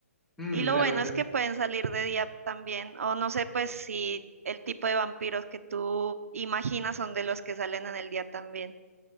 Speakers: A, in the centre; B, on the right (about 65°).
A: Mm,
B: Y lo
A: la
B: bueno
A: verdad.
B: es que pueden salir de día también, o no sé, pues si el tipo de vampiros que tú imaginas son de los que salen en el día también.